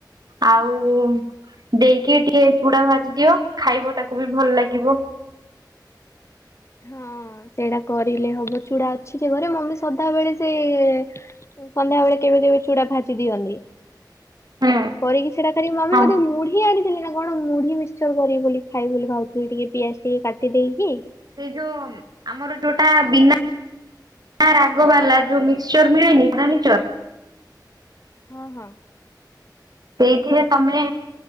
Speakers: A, on the right; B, on the left.
A: ଆଉ ଦେଇକି ଟିକେ ପୁଡା ଭାଜି ଦିଅ, ଖାଇବ ତାକୁ ବି ଭଲ ଲାଗିବ।
B: ହଁ ସେଇଟା କରିଲେ ହବ, ଚୁଡା ଅଛି ଯେ ଘରେ ମମି ସଦାବେେଳେ ସେ ସନ୍ଧ୍ୟାବେେଳେ କେବେ କେବେ ଚୁଡାଭାଜି ଦିଅନ୍ତି।
A: ହୁଁ
B: କରିକି ସେଟା କରେ ମମି
A: ହଁ।
B: ବୋେଧେ ମୁଢି ଆଣିଚି। ନା କଣ ମୁଢି ମିକ୍ସଚର ର କରିବି ବୋଲି ଖାଇ ବୋଲି ଭାବୁଥିଲି, ଟିକେ ପିଆଜ ଟିକେ କାଟି ଦେଇେଇକି?
A: ସେଇ ଯୋଉ ଆମର ଯୋଉଟା ବିନା, ବିନା ରାଗ ବାଲା ଯୋଉ ମିକ୍ସଚର ମିଳେନିା ଜାଣିଚ।
B: ହଁ ହଁ
A: ଏଇଥିରେ ତମେ